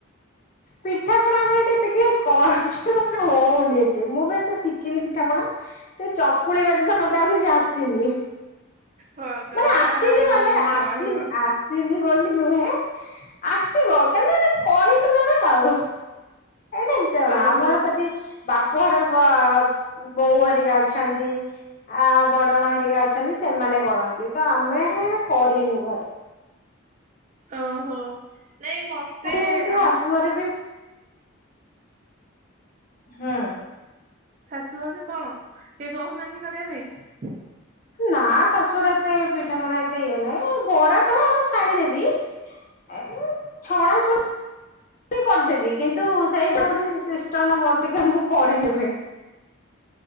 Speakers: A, on the left; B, on the right.
A: ପିଠା ପଣା ଆମର ଏତେ କେହି କର ମାନେ ହଉନି ଏତେ ମୁଁ ବି ଏତେ ଶିଖିନି ପିଠାପଣା। ସେ ଚକୁଳି ବା ତ ମ ମତେ ଆଉ କିଛି ଆସିନି
B: ଭଗବାନ
A: ମାନେ ଆସିିନି ମାନେ
B: କଣ କହିବ
A: ଆସିନି ଆ ଆସିନି ବୋଲି ନୁହେଁ ଆସିବ <unintelligible> କରିନୁ କେବେ ଆଉ। ଏଇଟା ବି ଶୁଣ
B: ଓହୋ
A: ଆମର ସେଠି ବାପ ଘରେ ପ ବୋଉ ହେରିକା ଅଛନ୍ତି। ଆ ବଡ ମା ହେରିକା ଅଛନ୍ତି ସେମାନେ କରନ୍ତି ତ ଆମେ କେବେ କରିନୁ ଘରେ।
B: ଓହୋ ନାଇଁ ମତେ
A: ଏଠି ଏମିତି ଶାଶୁଘରେ
B: ଆମର
A: ବି ହୁଁ।
B: ଶାଶୁ ଘରେ କଣ କେହି କହୁ ନାହାନ୍ତି କରିବା ପାଇଁ।
A: ନା ଶାଶୁଘରେ ଏତେ ପିଠାପଣା ଏତେ ଇଏ ନାହିଁ ବରା ଫରା ହଁ ଛାଣିଦେବି। ଏ ଛଣାଛଣି କରିଦେବି କିନ୍ତୁ ସେଇ କୋଉଠି ସିଷ୍ଟମଟା ମୋର ଟିକେ ମୁଁ କରିନେବି।